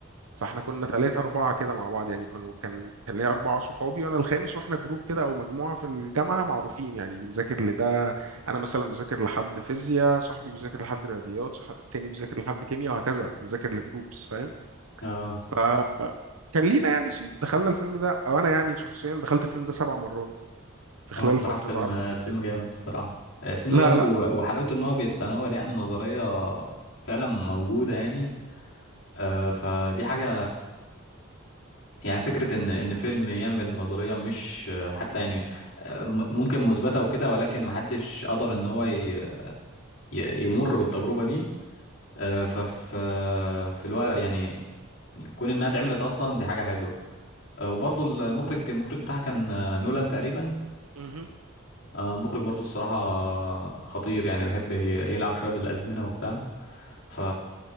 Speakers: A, on the right (about 85°); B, on the left (about 60°).
A: فاحنا كنا ثلاثة أربعة كده مع بعض يعني كانوا كان كان ليا أربعة صحابي وأنا الخامس وإحنا جروب كده أو مجموعة في الجامعة معروفين يعني بنذاكر لده أنا مثلا بذاكر لحد فيزياء صاحبي بيذاكر لحد رياضيات صح... التاني بيذاكر لحد كيمياء وهكذا بنذاكر لجروبس فاهم
B: اه
A: ف كان لينا يعني صيت دخلنا الفيلم ده او انا يعني شخصيا دخلت الفيلم ده سبع مرات في خلال
B: هو الصراحه
A: فترة
B: فيلم
A: عرضه
B: الفيلم
A: في السينما
B: جامد الصراحه آه، فيلم
A: لا
B: جامد
A: لا
B: و- وحلاوته ان هو بيتناول يعني نظريه فعلا موجوده يعني آه، فدي حاجه يعني فكره ان ان فيلم يعمل نظريه مش آه، حتى يعني آه، م- ممكن مثبته وكده ولكن محدش قدر ان هو ي- ي- يمر بالتجربه دي آه، ففي في الوقت يعني كون انها اتعملت اصلا دي حاجه حلوه آه، وبرضو المخرج المخرج بتاعها كان آه، نولان تقريبا
A: مهم.
B: آه، مخرج برضو الصراحه خطير يعني بيحب يلعب شويه بالازمنه وبتاع ف